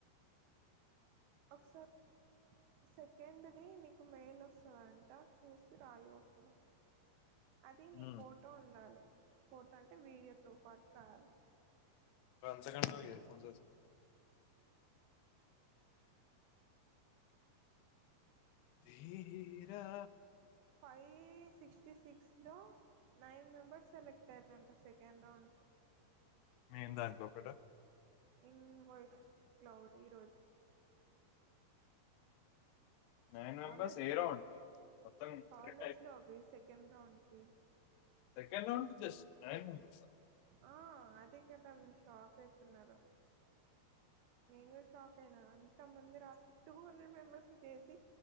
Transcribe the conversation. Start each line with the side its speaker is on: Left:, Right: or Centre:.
Right: ఒకసారి సెకండ్ది నాకు మెయిల్ వస్తుందంట చూసి రాయు అప్పుడు అది
Left: ఉమ్,
Right: నీ ఫోటో ఉండాలి ఫోటో అంటే వీడియోతో పాటు రావాలి
Left: స అక్కడ నావ ఇయర్ఫోన్స్ ధీరా
Right: ఫైవ్ సిక్స్ ఫిఫ్టీ సిక్స్లో నైన్ మెంబర్స్ సెలెక్ట్ అయ్యారంట సెకండ్ రౌండ్కి
Left: నెన్ దాంట్లో ఒకట
Right: ఇన్వాయిస్ క్లౌడ్ ఈరోజు
Left: నైన్ మెంబర్స్
Right: కాలేజ్లో
Left: ఏ రౌండ్కి మొత్తం
Right: కాలేజ్లో
Left: సెలెక్ట్ అయిపోయింది
Right: అవి సెకండ్ రౌండ్కి
Left: సెకండ్ రౌండ్కి జస్ట్ నైన్ మెంబర్స్
Right: ఆ అదే కదా వీళ్ళు షాక్ అయితున్నారు నేను కూడా షాక్ అయినా అంత మందు రాసి టూ హండ్రెడ్ మెంబెర్స్ని చేసి